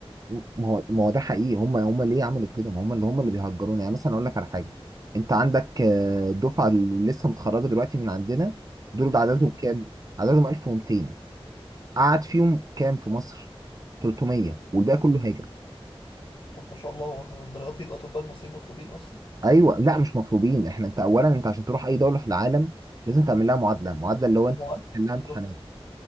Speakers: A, on the right; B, on the left.
A: ما هو ما هو ده حقيقي هم هم ليه عملوا كده ما هم اللي هم اللي بيهجرونا يعني مثلا اقول لك على حاجه انت عندك آه، الدفعه اللي لسه متخرجه دلوقتي من عندنا دول عددهم
B: مم.
A: كام عددهم 1200 قعد فيهم كام في مصر 300 والباقي كله هاجر
B: طب ما شاء الله هو احنا الدرجات دي الأطباء المصريين مطلوبين أصلا
A: ايوه لا مش مطلوبين احنا انت اولا انت عشان تروح اي دوله في العالم لازم تعمل لها معادله معادله اللي هو انت
B: معدل
A: تعمل لها
B: بالظبط
A: امتحانات